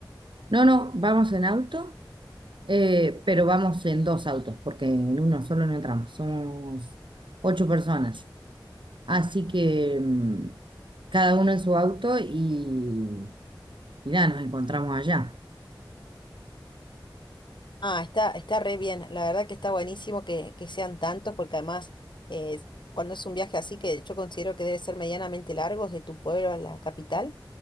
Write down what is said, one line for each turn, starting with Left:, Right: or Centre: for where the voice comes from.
Right: No, no, vamos en auto, eh, pero vamos en dos autos, porque en uno solo no entramos. Somos ocho personas. Así que mm, cada uno en su auto y, y nada, nos encontramos allá.
Left: Ah, está, está re bien. La verdad que está buenísimo que, que sean tantos, porque además, eh, cuando es un viaje así, que yo considero que debe ser medianamente largo, de tu pueblo a la capital,